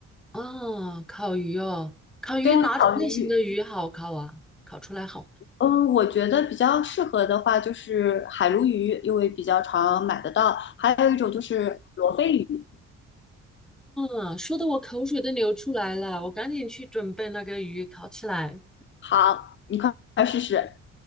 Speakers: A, in the centre; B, on the left (about 40°).
A: 啊？烤鱼哦，烤鱼哪种类型的鱼好烤啊？
B: 对啊，烤鱼。
A: 烤出来好。
B: 嗯，我觉得比较适合的话就是海鲈鱼，因为比较常买得到，还有一种就是罗非鱼。
A: 啊，说的我口水都流出来了，我赶紧去准备那个鱼烤起来。
B: 好，你快快试试。